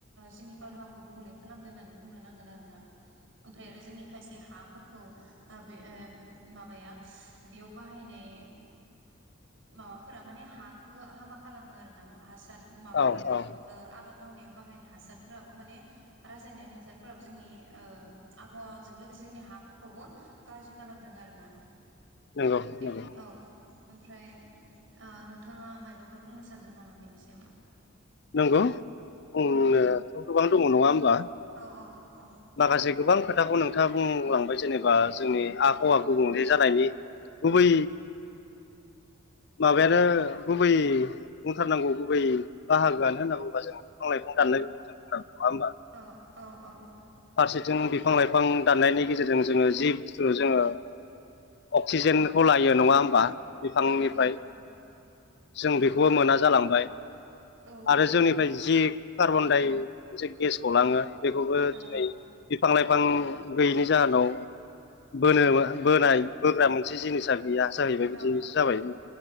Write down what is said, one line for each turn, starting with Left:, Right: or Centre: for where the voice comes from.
Right: जोंनि बारहावाखौ गुबुंले खालामदो होननानै बुंनो नांगोन आरोना। ओमफ्राय आरो जोंनि खायसे हाफोरखौ बे माबाया बेयाव बाहायनाय माबाफोरा माने हाखौ हामा खालामो आरो ना हासार माबायाव।
Left: औ औ
Right: आबाद मावनायाव बाहायनाय हासारफोराबो माने रासायनिक हासारफोराबो जोंनि आबहावाजों लोगोसे जोंनि हाफोरखौबो गाज्रि खालामदों आरो ना।
Left: नंगौ
Right: बे
Left: नंगौ
Right: औ ओमफ्राय नों नोंथाङा माबाफोर बुंनो सानगोन नामा बेनि सायाव
Left: नंगौ बुंनो गोबां दङ नङा होमबा।
Right: औ औ औ।
Left: माखासे गोबां खोथाखौ नोंथाङा बुंलांबाय जेनेबा जोंनि आबहावा
Right: औ
Left: गुबुंले जानायनि गुबै माबायानो गुबै बुंथारनांगौ गुबै बाहागोआनो होनना बुङोबा जों बिफां लाइफां दाननायफोरखौ जों बुंनांगौ नङा होमबा।
Right: अ अ अ।
Left: फारसेथिं बिफां लाइफां दाननायनि गेजेरजों जोङो जि बुस्थु जोङो अक्सिजेनखौ लायो नङा होमबा। बिफांनिफ्राय
Right: औ
Left: जों बेखौबो मोना जालांबाय।
Right: औ
Left: आरो जोंनिफ्राय जि कार्बनदाइ मोनसे गेस गलाङो बेखौबो
Right: औ
Left: दिनै बिफां लाइफां गैयैनि जाहोनाव बोनो बोनाय बोग्रा मोनसे जिनिस आरोना। गैया जाहैबाय बिदि
Right: औ
Left: जाबाय